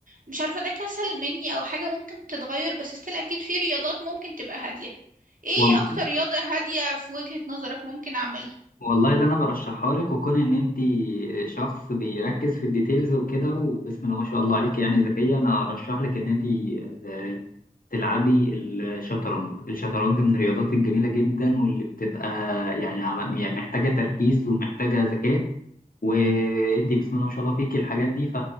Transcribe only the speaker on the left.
والله
والله اللي أنا برشحها لك وكون إن أنت شخص بيركز في الديتيلز وكده وبسم الله ما شاء الله عليك يعني ذكية أنا أرشح لك إن أنت آه، تلعبي الشطرنج الشطرنج من الرياضات الجميلة جدا واللي بتبقى يعني عم- يعني محتاجة تركيز ومحتاجة ذكاء وانت بسم الله ما شاء الله فيك الحاجات دي ف...